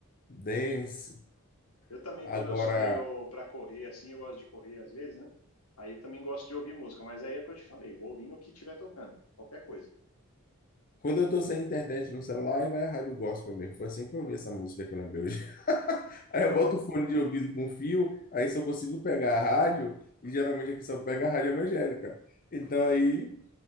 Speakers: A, on the left; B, on the left.
A: dance.
B: Eu também,
A: Agora
B: quando eu saio para correr, assim, eu gosto de correr às vezes, né? Aí eu também gosto de ouvir música, mas aí é o que eu te falei, vou ouvindo o que estiver tocando, qualquer coisa.
A: Quando eu tô sem internet no celular, aí vai a rádio gospel mesmo. Foi assim que eu ouvi essa música que eu lembrei hoje. <laughs> Aí eu boto o fone de ouvido com fio, aí só consigo pegar a rádio, e geralmente aqui só pega a rádio evangélica. Então aí